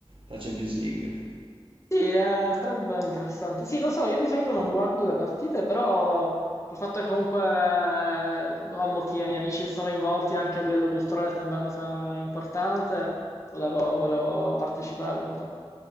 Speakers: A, on the right (about 55°); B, on the left (about 30°).
A: la Champions League.
B: Sì, eh, sarebbe interessante. Sì, lo so, io di solito non guardo le partite, però col fatto che comunque eh, ho molti miei amici che sono coinvolti anche a livello culturale, sembra una cosa importante, volevo, volevo partecipare un po'.